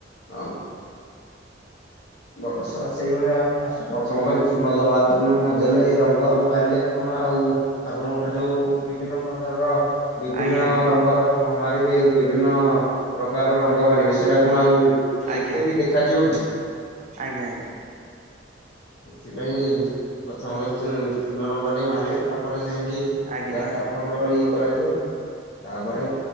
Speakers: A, on the left (about 60°); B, on the right (about 40°).
A: ଆଉ। ବଡ ଶଳା ସେଇଭଳିଆ ଫାଷ୍ଟ୍ ପ୍ରଥମ କରି ଚୂନ ଧଳା ଚୂନ ନଦେଲେ ଏ ରଙ୍ଗ ନ ମାରିଲେ କଣ ଆଉ ଠାକୁରଙ୍କର ଯୋଉ ବିଭିନ୍ନ ପ୍ରକାରର ବିଭିନ୍ନ
B: ଆଜ୍ଞା ଆଜ୍ଞା
A: ରଙ୍ଗର କଣ ମାରିବେ ବିଭିନ୍ନ ପ୍ରକାରର ରଙ୍ଗ ମାରିବେ ସେଇଟା କଣ ଆଉ
B: ଆଜ୍ଞା
A: ଏତେ ବି ଦେଖାଯିବ କି
B: ଆଜ୍ଞା ଆଜ୍ଞା।
A: ସେଥିପାଇଁ ପ୍ରଥମ କରି ଚୂ ଚୂନ ରଙ୍ଗ ଟେ ମାରିବେ ତାପରେ ଯାଇଁ ଯେ ଏହା
B: ଆଜ୍ଞା ଆଜ୍ଞା
A: ତା ପର ରଙ୍ଗର ଇଏ କରାଯିବ। ତାପରେ